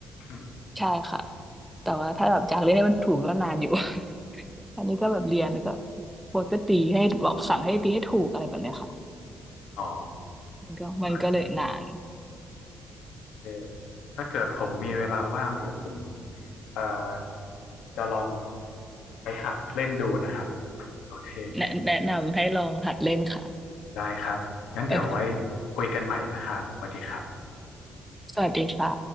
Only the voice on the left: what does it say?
อืม
อ๋อ
โอเคถ้าเกิดผมมีเวลาว่างเดี๋ยวผมเอ่อจะลองไปหัดเล่นดูนะครับโอเค
ได้ครับ งั้นเดี๋ยวไว้
คุยกันใหม่นะครับสวัสดีครับ